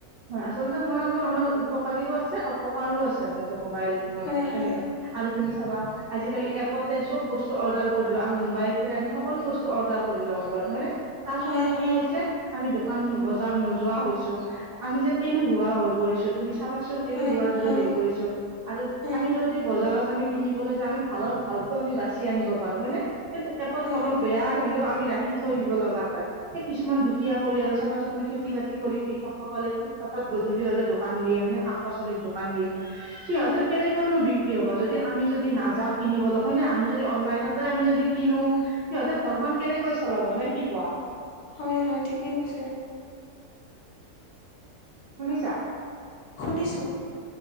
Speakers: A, on the right (about 85°); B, on the left (about 80°).
A: হয় আচলতে মই ভাবো আমাৰ উপকাৰীও আছে, অপকাৰও আছে, আচলতে মোবাইল ফোনৰ
B: হয়
A: পৰা তেনেকুৱা।
B: হয়
A: আৰু তুমি চাবা আজিকালি এপতে চব বস্তু অৰ্ডাৰ কৰি দো, আমি মোবাইলটোৰে আমি সকলো বস্তু অৰ্ডাৰ কৰি ল'ব পাৰো হয়নে, তাৰ
B: হয়
A: ফলত
B: হয়
A: কি হৈছে আমি দোকান বজাৰ নোযোৱা হৈছো, আমি যেন এলহুলোৱা হৈ পৰিছো। তুমি চাবাচোন
B: হয়
A: এলেসুৱা হোৱাৰ দৰে
B: হয়
A: হৈ পৰিছো, আৰু
B: হয়
A: আমি যদি বজাৰত আমি কিনিবলৈ যাওঁ, আমি ভালৰ ভালো আমি বাচি আনিব পাৰো হয়নে, কিন্তু এপত
B: হয়
A: অলপ
B: হয়
A: বেয়া আহিলেও আমি ৰাখ খি থৈ দিব লগা হয়। এই কিছুমান দুখীয়া পৰিয়াল চাবাচোন, তুমি খেতি বাতি কৰি কৃষকসকলে ফুটপাথত গধূলি হ'লে দোকান দিয়ে মানে শাক পাচলিৰ দোকান দিয়ে, সিহঁতৰ
B: হয়
A: কেনেকৈনো বিক্ৰি হ'ব, যদি আমি যদি নাযাওঁ কিনিবলৈ হয় নে আমি যদি অনলাইনতে আমি যদি কিনো সিহঁতে ঘৰখন কেনেকৈ চলাব, নে কি কোৱা?
B: হয় হয় ঠিকেই কৈছে।
A: শুনিছা?
B: শুনিছোঁ।